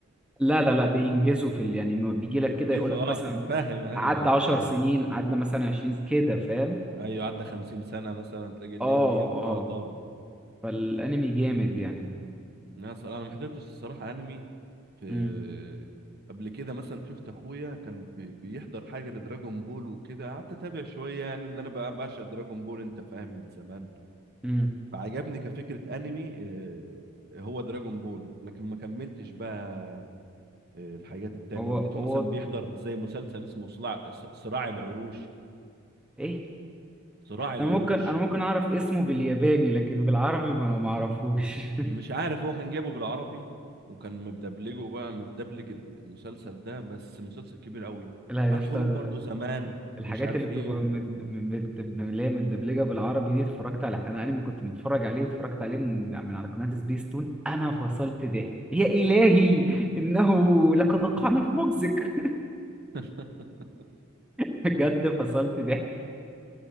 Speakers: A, in the centre; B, on the right.
A: لا لا لا بينجزوا في ال... يعني ما بيجي لك
B: بينجزوا
A: كده يقول لك
B: اه
A: مثلا
B: بي- فاهم ايوه
A: عدى
B: ايوه
A: 10
B: فاهم
A: سنين عدى مثلا 20 كده فاهم
B: ايوه عدى 50 سنة مثلا تلاقي الليل
A: اه
B: 100 وطاروا
A: اه فالانمي جامد يعني
B: انا صراحة انا ما حضرتش الصراحة انمي في
A: امم
B: قبل كده مثلا شفت اخويا كان بي- بيحضر حاجة لدراجون بول وكده قعدت اتابع شوية يعني ان انا بقى بعشق دراجون بول انت فاهم من زمان
A: امم
B: فعجبني كفكرة انمي آه، هو دراجون بول لكن ما كملتش بقى آه، الحاجات التانية
A: هو
B: ولقيته
A: هو
B: مثلا بيحضر زي مسلسل اسمه صراع صراع العروش
A: ايه
B: صراع العروش
A: انا ممكن انا ممكن اعرف اسمه بالياباني لكن بالعربي ما ما اعرفوش <laughs>
B: مش عارف هو كان جايبه بالعربي وكان مدبلجه بقى متدبلج ال- المسلسل ده بس مسلسل كبير قوي
A: لا
B: عن
A: يا اسطى
B: حروب برضو زمان
A: الحاجات
B: ومش عارف
A: اللي
B: ايه
A: بتبقى
B: و...
A: مد... مد... اللي هي متدبلجه بالعربي دي اتفرجت على انا انمي كنت متفرج عليه واتفرجت عليه من, من على قناه سبيس تون انا فصلت ضحك يا الهي انه لقد وقعنا في مجزك
B: <laughs>
A: <laughs> بجد فصلت ضحك